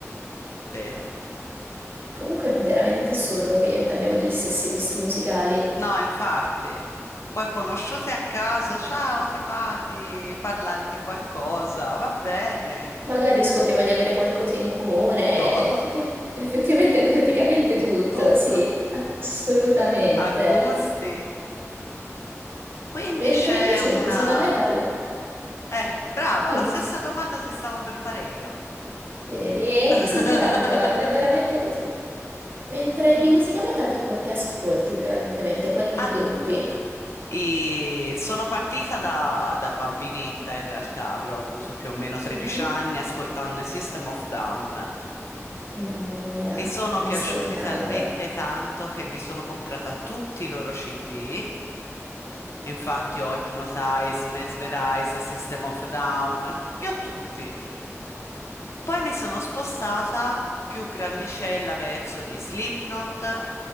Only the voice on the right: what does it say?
Comunque è veramente assurdo che io e te abbiamo degli stessi gusti musicali
Magari scopriamo di avere qualcosa in comune,
effettivamente, effettivamente <laughs> praticamente tutto,
sì, assolutamente.
Mentre
invece
di musica metal,
dimmi,
s-
vedi, è
quasi inquietante, guarda, è veramente così. Mentre di musica metal tu co- che ascolti prevalentemente, quali
gruppi?
Mhm.
Mamma mia,
chi
mi stai nominando?